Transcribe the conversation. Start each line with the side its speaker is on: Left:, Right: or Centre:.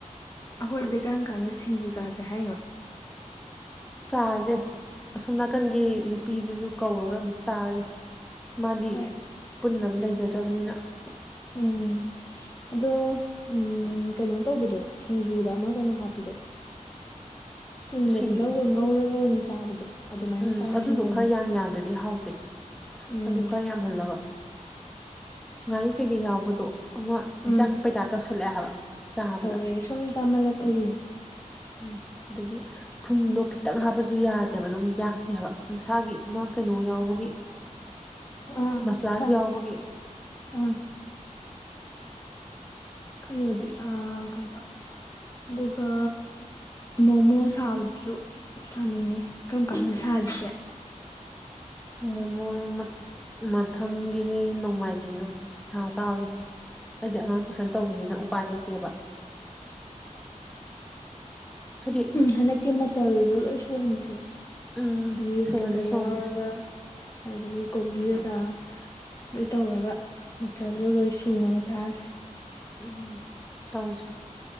Left: ꯑꯩꯈꯣꯏꯁꯦ ꯀꯔꯝ ꯀꯥꯟꯗ ꯁꯤꯡꯖꯨꯖꯥꯁꯦ ꯍꯥꯏꯅꯣ
Centre: ꯆꯥꯁꯦ ꯑꯁꯣꯝ ꯅꯥꯀꯟꯒꯤ ꯅꯨꯄꯤꯗꯨꯁꯨ ꯀꯧꯔꯒ ꯑꯗꯨꯝ ꯆꯥꯁꯦ ꯃꯥꯗꯤ
Left: ꯍꯣꯏ
Centre: ꯄꯨꯟꯅꯕ ꯂꯩꯖꯗ꯭ꯔꯕꯅꯤꯅ
Left: <unintelligible> ꯎꯝ ꯑꯗꯣ ꯎꯝ ꯀꯩꯅꯣ ꯇꯧꯕꯗꯣ ꯁꯤꯡꯖꯨꯗ ꯑꯃ ꯀꯩꯅꯣ ꯍꯥꯞꯄꯤꯗꯣ ꯁꯤꯡꯒ
Centre: ꯁꯤꯡ
Left: ꯇꯤꯜꯍꯧꯒ ꯉꯧꯔꯒ ꯑꯣꯏꯅ ꯆꯥꯕꯗꯣ ꯑꯗꯨꯃꯥꯏꯅ
Centre: ꯎꯝ
Left: ꯆꯥꯁꯤ
Centre: ꯑꯗꯨꯗꯣ
Left: ꯅꯣꯡꯃ
Centre: ꯈꯔ ꯌꯥꯝ ꯌꯥꯝꯗ꯭ꯔꯗꯤ ꯍꯥꯎꯇꯦ
Left: ꯎꯝ
Centre: ꯑꯗꯨ ꯈꯔ ꯌꯥꯝꯍꯜꯂꯒ ꯉꯥꯔꯤ ꯀꯩꯀꯩ ꯌꯥꯎꯕꯗꯣ ꯑꯃ
Left: ꯎꯝ
Centre: ꯌꯥꯛ ꯄꯩꯇꯥ ꯇꯧꯁꯜꯂꯛꯑꯦ ꯍꯥꯏꯕ ꯆꯥꯕꯗ
Left: ꯇꯧꯔꯛꯑꯦ ꯁꯨꯝ ꯆꯥꯍꯜꯂꯛꯄꯒꯤꯅꯦ
Centre: ꯎꯝ ꯑꯗꯒꯤ ꯊꯨꯝꯗꯣ ꯈꯤꯇꯪ ꯍꯥꯞꯄꯁꯨ ꯌꯥꯗꯦꯕ ꯑꯗꯨꯝ ꯌꯥꯛꯈꯤ ꯍꯥꯏꯕ ꯃꯁꯥꯒꯤ ꯃꯥ ꯀꯩꯅꯣ ꯌꯥꯎꯕꯒꯤ
Left: ꯑꯥ
Centre: ꯃꯁꯂꯥꯁꯨ
Left: ꯈ
Centre: ꯌꯥꯎꯕꯒꯤ
Left: ꯑꯥ ꯀꯩꯣꯗꯤ ꯑ ꯀꯩꯕ ꯑꯗꯨꯒ ꯃꯣꯃꯣ ꯁꯥꯕꯕꯁꯤꯁꯨ ꯁꯥꯅꯤꯡꯉꯦ ꯀꯔꯝ ꯀꯥꯟꯝꯗ ꯁꯥꯁꯤꯒꯦ
Centre: ꯃꯣꯃꯣꯟ ꯃꯊꯪꯒꯤꯅꯤ ꯅꯣꯡꯃꯥꯏꯖꯤꯡꯗ ꯁꯥ ꯇꯥꯕꯅꯤ ꯑꯩꯗꯤ ꯑꯉꯥꯡ ꯇꯨꯏꯁꯟ ꯇꯧꯕꯅꯤꯅ ꯎꯄꯥꯏ ꯂꯩꯇꯦꯕ ꯍꯥꯏꯗꯤ
Left: ꯍꯟꯗꯛꯇꯤ ꯃꯆꯜꯗꯣ ꯂꯣꯏ ꯁꯨꯍꯟꯁꯦ
Centre: ꯎꯝ
Left: ꯌꯦꯟ꯭ꯔꯒ
Centre: ꯁꯣꯟꯁꯦ ꯁꯣꯟꯁꯦ
Left: ꯌꯥꯎꯔꯒ ꯑꯗꯨꯗꯒꯤ ꯀꯣꯝꯕꯤ ꯒ ꯑꯗꯨꯣꯏ ꯇꯧꯔꯒ ꯃꯆꯜꯗꯨꯣ ꯂꯣꯏ ꯁꯨꯅꯕ ꯆꯥꯁ
Centre: ꯎꯝ ꯇꯧꯖ